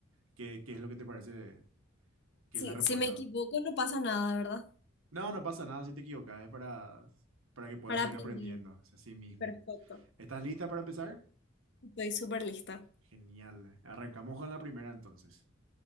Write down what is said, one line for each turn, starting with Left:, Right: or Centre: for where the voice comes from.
Right: qué, qué es lo que te parece, qué
Left: Si
Right: es la respuesta.
Left: si me equivoco, no pasa nada, ¿verdad?
Right: No, no pasa nada si te equivocas, es para, para que puedas
Left: Para
Right: seguir
Left: aprender.
Right: aprendiendo, es así mismo.
Left: Perfecto.
Right: ¿Estás lista para empezar?
Left: Estoy súper lista.
Right: Genial. Arrancamos con la primera entonces.